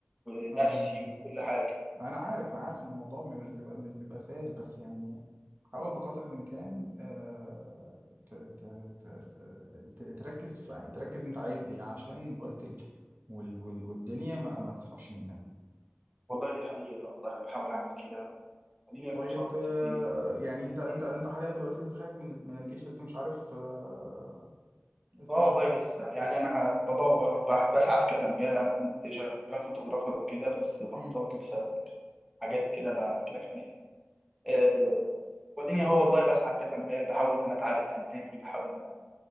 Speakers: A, in the centre; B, on the right.
A: ونفسي
B: الله يعينك
A: وكل حاجه
B: انا عارف انا عارف ان الموضوع مش بيبقى مش بيبقى سهل بس يعني حاول بقدر الامكان آه، ت- ت- ت- ت- ت- تركز في يعني تركز انت عايز ايه عشان الوقت ال... وال... وال... والدنيا ما, ما تسحبش منك
A: والله دي حقيقة والله أنا بحاول أعمل كده خليني
B: طيب
A: أشطب
B: آه،
A: في الدنيا
B: يعني انت انت
A: مم.
B: انت حاليا دلوقتي لسه خارج من ال- من الجيش لسه مش عارف آه، لسه
A: آه
B: مش
A: والله
B: عارف
A: لسه يعني أنا بدور وبسعى في كذا مجال أنا كنت شغال فوتوغرافر وكده بس بطلت
B: مم.
A: بسبب حاجات كده بحكي لك عليها آه وديني هو والله بسعى في كذا مجال بحاول إن أنا أتعلم ألماني بحاول إن أنا